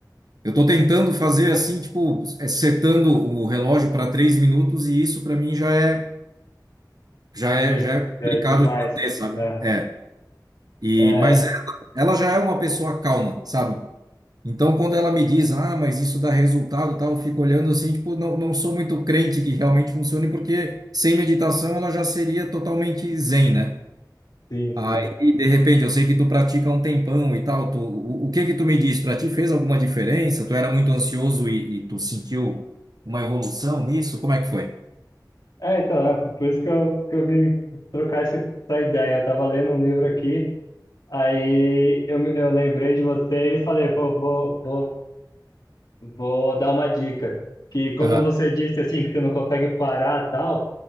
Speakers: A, on the right; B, on the left.
A: Eu tô tentando fazer assim, tipo, é, setando o relógio para três minutos e isso para mim já é, já é,
B: Sim,
A: já é complicado
B: é demais.
A: de manter, sabe?
B: É,
A: É.
B: <laughs>
A: E,
B: é,
A: mas ela, ela já é uma pessoa calma, sabe? Então, quando ela me diz, ah, mas isso dá resultado, e tal, eu fico olhando assim, tipo, não, não sou muito crente que realmente funcione, porque sem meditação ela já seria totalmente zen, né?
B: sim,
A: Aí,
B: sim.
A: de repente, eu sei que tu pratica há um tempão e tal, tu, o, o que que tu me diz? Pra ti fez alguma diferença? Tu era muito ansioso e, e tu sentiu uma evolução nisso? Como é que foi?
B: É, então, é por isso que eu, que eu vim trocar esse- essa ideia. Eu tava lendo um livro aqui, aí eu, me- eu lembrei de você e falei, pô, vou, vou, vou dar uma dica. Que como
A: Aham.
B: você disse, assim, que você não consegue parar tal,